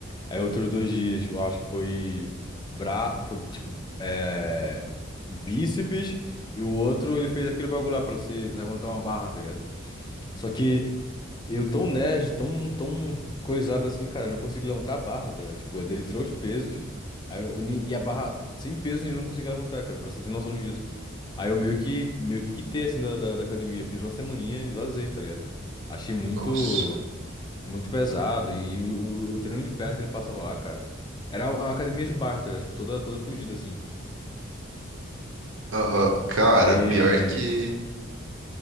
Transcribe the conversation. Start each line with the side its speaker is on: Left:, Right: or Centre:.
Left: Aí outros dois dias, eu acho que foi... Bra... Foi, tipo, é... Bíceps. E o outro, ele fez aquele bagulho lá pra se levantar uma barra, tá ligado? Só que... Eu tão nerd, tão, tão coisado assim, cara, eu não consigo levantar a barra, tá ligado? Tipo, ele tirou os pesos, aí eu nem- e a barra sem peso nenhum eu não consegui levantar, cara, pra você ter noção disso. Aí eu meio que, meio que quitei, assim, da, da, da academia. Fiz uma semaninha e vazei, tá ligado? Achei muito,
Right: Nossa.
Left: muito pesado e o, o- o treino de perna que ele passava lá, cara, era uma uma academia de bairro, tá ligado? Tipo, toda, toda fugida, assim.
Right: Aham. Cara,
Left: Aí,
Right: pior que